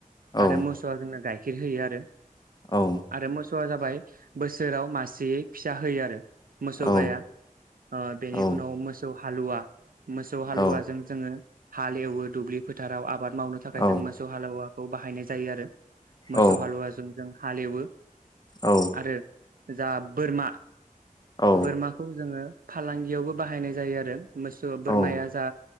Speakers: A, on the left; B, on the right.
A: औ
B: आरो मोसौआ जोंना गाय ्खेर होयो आरो
A: औ।
B: आरो मोसौआ जाबाय बोसोराव मासेयै फिसा होयो आरो। मोसौ
A: औ
B: गाया ओ बेनि
A: औ
B: उनाव मोसौ हालुवा मोसौ हालुवाजों
A: औ
B: जोङो हाल एवो दुब्लि फोथाराव आबाद मावनो थाखाय
A: औ
B: जों मोसौ हालौवा खौ बाहायनाय जायो आरो
A: औ
B: मोसौ हालौवाजों जों हालेवो।
A: औ
B: आरो जा बोरमा
A: औ
B: बोरमाखौ जोङो फालांगियावबो बाहायनाय जायो आरो। मोसौ बोरमाया
A: औ
B: जा